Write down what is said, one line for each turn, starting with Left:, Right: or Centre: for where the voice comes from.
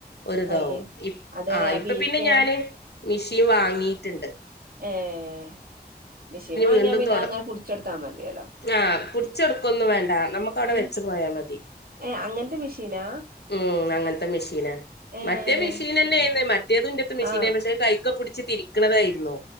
Left: ഒരിതാവും
Right: കയ്യ്
Left: ഇ
Right: അതേനെ
Left: ആഹ്
Right: ആ
Left: ഇപ്പ
Right: ബീറ്റ്
Left: പിന്നെ ഞാന് മിഷീൻ വാങ്ങിട്ടിണ്ട്.
Right: ഏഹ് മിഷീൻ വാങ്ങിയാ
Left: വീണ്ടും
Right: പിന്നെ
Left: തൊട
Right: അങ്ങനെ പുടിച്ചെടുത്താ മതിയല്ലോ
Left: ആഹ് പുടിച്ചെടുക്കൊന്നും വേണ്ട നമുക്ക് അവിടെ
Right: ഏഹ്
Left: വെച്ചു പോയാ മതി
Right: ഏഹ് അങ്ങനത്തെ മെഷീനാ
Left: ഉം അങ്ങൻത്തെ മിഷീന
Right: ഏഹ്
Left: മറ്റേ മിഷീന്നെന്നെയന്ന് മറ്റേതന്റെത്തെ മിഷീനെ
Right: ആഹ്
Left: കൈക്ക പിടിച്ച് തിരിക്കണതായിരുന്നു